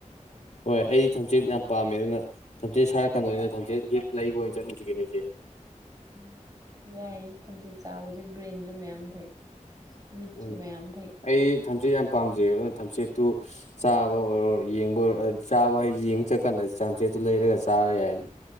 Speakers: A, on the left; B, on the right.
A: ꯍꯣꯏ ꯑꯩ ꯊꯝꯆꯦꯠ ꯌꯥꯝ ꯄꯥꯝꯃꯦ ꯑꯗꯨꯅ ꯊꯝꯆꯦꯠ ꯁꯥꯔꯀꯥꯟꯗ ꯑꯣꯏꯅ ꯊꯝꯆꯦꯠ ꯍꯤꯠ ꯂꯩꯕ ꯑꯣꯏꯅ ꯆꯠꯂꯨꯖꯤꯀꯩꯅꯣ ꯏꯆꯦ
B: ꯎꯝ ꯌꯥꯏ ꯊꯝꯆꯦꯠ ꯆꯥꯕꯗꯤ ꯕ꯭ꯔꯦꯟꯖꯨ ꯃꯌꯥꯝ ꯐꯩ ꯃꯤꯠꯁꯨ
A: ꯎꯝ
B: ꯃꯌꯥꯝ ꯐꯩ
A: ꯑꯩ ꯊꯝꯆꯦꯠ ꯌꯥꯝ ꯄꯥꯝꯖꯩꯌꯦꯕ ꯑꯗꯨꯅ ꯊꯝꯆꯦꯠꯇꯨ ꯆꯥꯕ ꯑꯣꯏꯔꯣ ꯌꯦꯡꯕ ꯑꯣꯏꯔꯣ ꯆꯥꯕ ꯍꯥꯏ ꯌꯦꯡ ꯆꯠꯀꯥꯟꯗ ꯊꯝꯆꯦꯠꯇꯨ ꯂꯩꯔꯒ ꯆꯥꯔ ꯌꯥꯏꯌꯦ